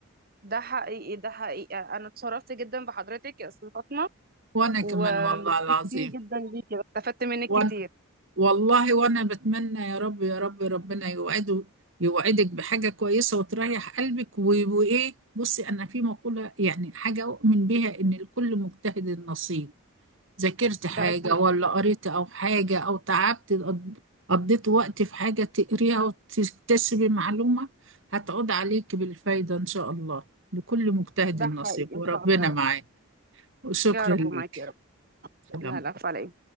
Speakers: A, on the right; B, on the right.
A: ده حقيقي ده حقيقي انا اتشرفت جدا بحضرتك يا استاذ فاطمه
B: وأنا كمان
A: وميرسي
B: والله العظيم
A: جدا ليكي استفدت منك
B: وأنا
A: كتير
B: والله وأنا بتمنى يا رب يا رب ربنا يوعده يوعدك بحاجة كويسة وتريح قلبك و- وإيه بصي أنا في مقولة يعني حاجة أؤمن بيها إن لكل مجتهد نصيب ذاكرت
A: ده
B: حاجة
A: اكيد
B: ولا قريت أو حاجة أو تعبت قض- قضيت وقت في حاجة تقريها وتكتسبي معلومة هتعود عليك بالفايدة إن شاء الله لكل مجتهد
A: ده
B: نصيب
A: حقيقي ان
B: وربنا
A: شاء الله يا رب
B: معاك وشكرا
A: يا رب
B: ليك
A: ومعاكي يا رب
B: سلام
A: لا لا عليك